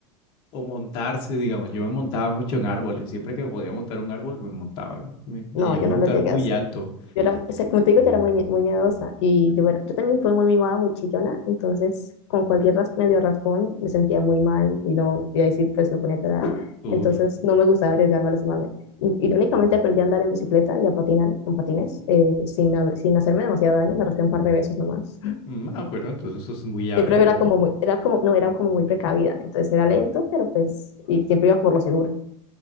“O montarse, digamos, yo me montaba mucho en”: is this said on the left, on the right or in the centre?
Left